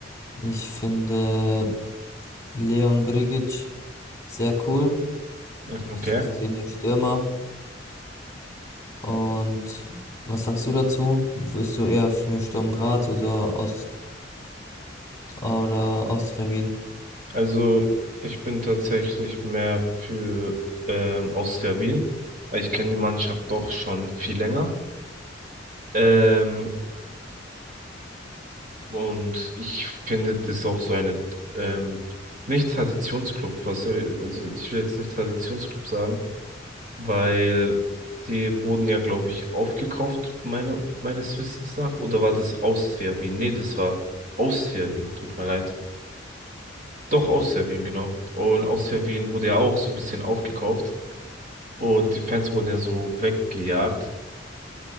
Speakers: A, on the left; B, on the right.
A: Ich finde Leon Grigic sehr cool.
B: Mhm, Okay.
A: Das ist Daniel Stürmer. Und was sagst du dazu? Wirst du eher für Sturm Graz oder Ost oder Austria Wien?
B: Also ich bin tatsächlich mehr für ähm, Austria Wien, weil ich kenne die Mannschaft doch schon viel länger. Ähm, Und ich finde das auch so eine, ähm, nicht Traditionsclub, was soll, also ich will jetzt nicht Traditionsclub sagen, weil die wurden ja, glaube ich, aufgekauft, meine, meines Wissens nach, oder war das aus Serbien? Nee, das war aus Serbien, tut mir leid. Doch, aus Serbien, genau. Und aus Serbien wurde ja auch so ein bisschen aufgekauft und die Fans wurden ja so weggejagt.